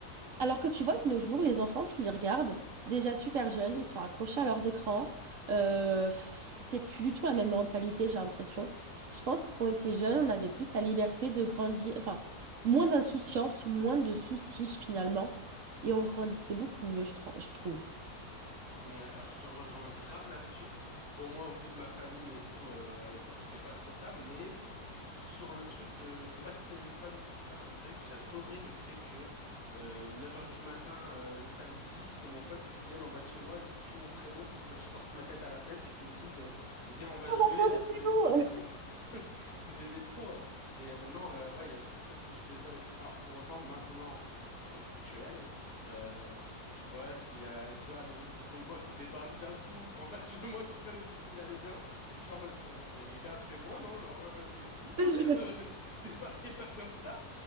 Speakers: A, on the right; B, on the left.
A: alors que tu vois, de nos jours, les enfants, tu les regardes, déjà super jeunes, ils sont accrochés à leurs écrans. Euh, pff, c'est plus du tout la même mentalité, j'ai l'impression. Je pense que quand on était jeunes, on avait plus la liberté de grandir, enfin, moins d'insouciance, moins de soucis finalement. Et on grandissait beaucoup mieux, je, tr- je trouve.
B: Ouais, alors je te rejoins grave là-dessus. Bon, moi, au vu de ma famille et tout, euh, à l'époque, c'était pas trop ça, mais sur le truc de pas de téléphone, tout ça, c'est vrai que j'adorais le fait que euh, 9h du matin euh, le samedi, t'es mon pote qui vienne en bas de chez moi et qui crie mon prénom pour que je sorte ma tête à la fenêtre et qui me dise euh, Viens, on va
A: <laughs>
B: jouer, il y a tous les autres qui nous attendent. <laughs> J'aimais trop. euh. Et maintenant, euh, ouais, il y a plus le truc du téléphone et tout. Alors, pour autant, maintenant, à notre époque actuelle, euh, tu vois, s'il y a Elsa, Maureen Thibault ou quoi qui débarque d'un coup en bas de chez moi, qui sonne et qui me disent, allez, viens. Je serais en mode, euh, ben, les gars, appelez-moi, non? Genre, euh, j'ai une vie quand
A: Je te
B: même,
A: jure.
B: euh, <laughs> débarquez pas comme ça.